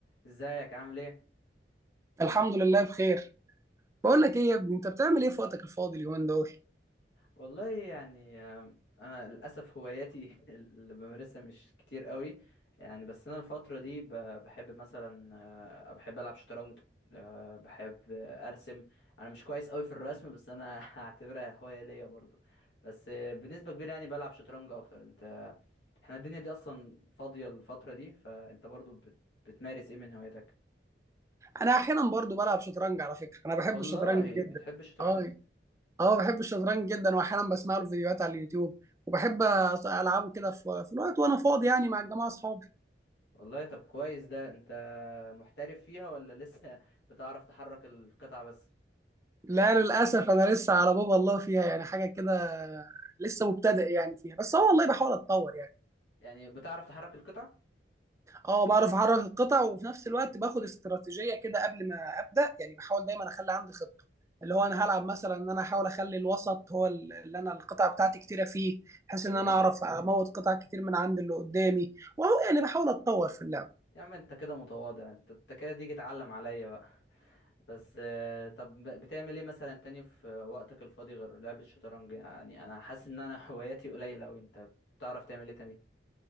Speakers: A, on the left; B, on the right.
A: ازيك عامل ايه
B: الحمد لله بخير بقول لك ايه يا ابني انت بتعمل ايه في وقتك الفاضي اليومين دول
A: والله يعني آم، انا للاسف هواياتي <laughs> اللي بمارسها مش كتير قوي يعني بس انا الفتره دي ب- بحب مثلا آه، بحب العب شطرنج آه، بحب آه، ارسم انا مش كويس قوي في الرسم بس انا <laughs> هعتبرها هوايه ليا برضو بس آه، بنسبه كبيره يعني بلعب شطرنج اكتر انت احنا الدنيا دي اصلا فاضيه الفتره دي فانت برضو بت- بتمارس ايه من هواياتك
B: انا احيانا برضو بلعب شطرنج على فكره انا بحب
A: والله
B: الشطرنج جدا
A: بتحب الشطرنج
B: اه اه بحب الشطرنج جدا واحيانا بسمع له فيديوهات على اليوتيوب وبحب أط- العبه كده في في الوقت وانا فاضي يعني مع الجماعه اصحابي
A: والله طب كويس ده انت محترف فيها ولا لسه بتعرف تحرك القطع بس
B: لا للاسف انا لسه على باب الله فيها يعني حاجه كده لسه مبتدئ يعني فيها بس اه والله بحاول اتطور يعني
A: يعني بتعرف تحرك القطع
B: اه بعرف احرك القطع وفي نفس الوقت باخد استراتيجيه كده قبل ما ابدا يعني بحاول دايما اخلي عندي خطه اللي هو انا هلعب مثلا ان انا احاول اخلي الوسط هو ال- اللي انا القطع بتاعتي كتيره فيه بحيث
A: اوكي
B: ان انا اعرف اموت قطع كتير من عند اللي قدامي وهو يعني بحاول اتطور في اللعب
A: يا عم انت كده متواضع انت انت كده تيجي تعلم عليا بقى <laughs> بس آه، طب بتعمل ايه مثلا تاني في وقتك الفاضي غير لعب الشطرنج يعني انا حاسس ان انا هواياتي قليلة اوي انت بتعرف تعمل ايه تاني